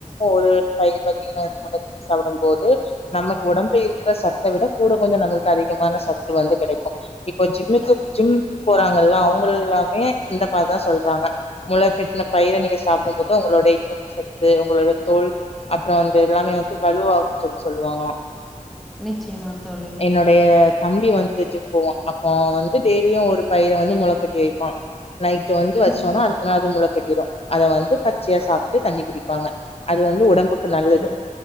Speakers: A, on the left; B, in the centre.
A: ஒரு பயிர் பாத்தீங்கன்னா தொடர்ந்து சாப்டும் போது நமக்கு ஒடம்புல இருக்ற சத்த விட கூட கொஞ்சோ நம்மளுக்கு அதிகமான சத்து வந்து கெடைக்கும் இப்போ ஜிம்முக்கு ஜிம் போறாங்கல்ல அவங்களல்லாமே இந்த மரிதா சொல் றாங்க மொளகட்ன பயிர நீங்க சாப்டும் போது உங்களோட இரும்பு சத்து உங்களோட தோல் அப்றோ அந்த இதெல்லாமே வந்து வலுவாகும்ன்னு சொல்லி சொல்லுவாங்களா
B: நிச்சயமா தோழி
A: என்னுடைய தம்பி வந்து ஜிம் போவா அப்போ வந்து டெய்லியு ஒரு பயிர வந்து மொள கட்டி வைப்பா நைட் வந்து வச்சோனா
B: ம், ம்,
A: அடுத்த நாள் முழுக் கட்டிரு அத வந்து பச்சையா சாப்ட்டு தண்ணி குடிப்பாங்க அது வந்து ஒடம்புக்கு நல்லது
B: ம்,